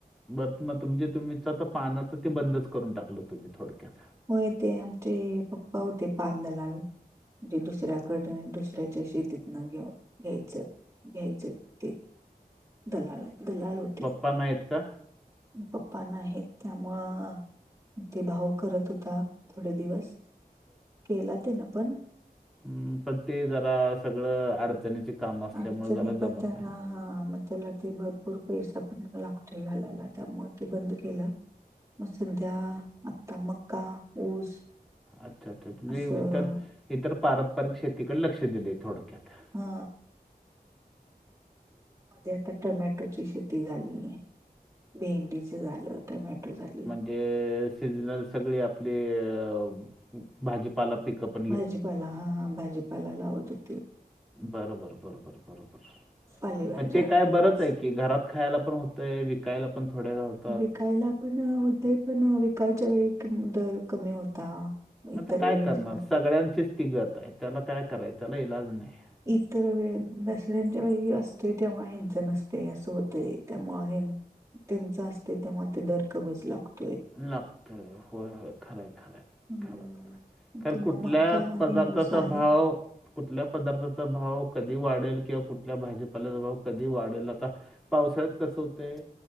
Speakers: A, in the centre; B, on the right.
A: म मग तजे तुम्हीच आता पानाचं ते बंदच करून टाकलं तुम्ही थोडक्यात.
B: हो य तेे आमचे पप्पा होते पांदलाल. म्हणजे दुसऱ्याकड दुसऱ्याच्या शेतीतन घेऊ घ्यायचं. घ्यायचे ते दलाल दलाल होते.
A: पना आहेतत का.
B: पप्पा नाही आहेत त्यामुळं. ते भाव करत होता थोडे दिवस केला ते ना पण.
A: हम् पण ते जरा सगळं अडचणीची कामं असल्यामुळे
B: अडचणी
A: जरा
B: पण
A: जमत
B: त्याला
A: नाही.
B: हा मग त्याला ते भरपूर पैसा पण लागतोय घालायला त्यामुळे ते बंद केलं. म सध्या आता मका ऊस
A: अच्छा अच्छा म्हुजे
B: असं
A: इतर इतर पारंपरिक शेतीकडे लक्ष दिले थोडक्यात.
B: हा मध्ये आता टमॅटोची शेती. झाली भेडीच झालं टोमॅटो झाली.
A: <unintelligible> पला पिकअप
B: भाजीपाला हा भाजीपाला लावत होती.
A: बरोबर बरोबर बरोबर
B: पालेभाज्या
A: म ते काय बरंच
B: असं
A: आहे की घरात. खायला पण होतय विकायला पण थोड्याा होत.
B: विकायला पण होते पण विकायच्या वेळी दर कमी होता. इतर
A: मता काय
B: वेळी
A: करणार
B: जा-
A: सगळ्यांचीच तिगत आहे त्याला काय कराय त्याला इलाज नाही.
B: इतर वे दसऱ्यांच्या वेळी असते तेव्हा हंच नसते असं होतं त्यामुळे हे त्यांच असते तेव्हा ते दर कमीच लागतो.
A: लपत हो होय खरे खरे
B: हम्म.
A: खरं.
B: आता
A: कार
B: मग
A: कुठल्या
B: मक्का आणि
A: पदार्थाचा
B: ऊस आहे
A: भाव कुठल्या पदार्थाचा भाव कधी वाढेल किंवा कुठल्या भाजीपाल्याचा भाव कधी वाढेल आता. पावसाळ्यात कसं होतंय